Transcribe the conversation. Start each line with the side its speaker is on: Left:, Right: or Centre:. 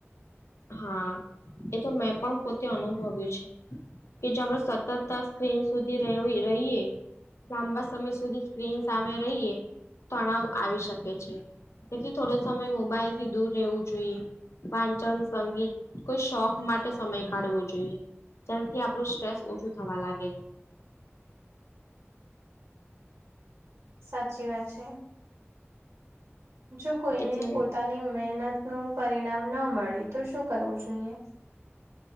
Left: હા એ તો મેં પણ પોતે અનુભવ્યું છે. કે જે આપણે સતત સ્ક્રીન સુધી રહીયએ લાંબા સમય સુધી સ્ક્રીન સામે રહીએ તણાવ આવી શકે છે. એટલે થોડો સમય મોબાઈલથી દૂર રહેવું જોઈએ વાંચન સંગીત કોઈ શોખ માટે સમય કાઢવો જોઈએ. તેનાથી આપણું સ્ટ્રેસ ઓછું થવા લાગે.
Right: સાચી વાત છે. જો કોઈને
Left: એટલે
Right: પોતાની મહેનત નું પરિણામ ન મળે તો શું કરવું જોઈએ?